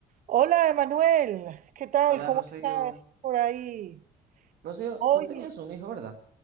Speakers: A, on the right; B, on the right.
A: Hola, Emanuel, ¿qué tal?
B: Hola
A: ¿Cómo
B: Rocío.
A: estás por ahí?
B: Rocío,
A: Oye,
B: tú tenías un hijo, ¿verdad?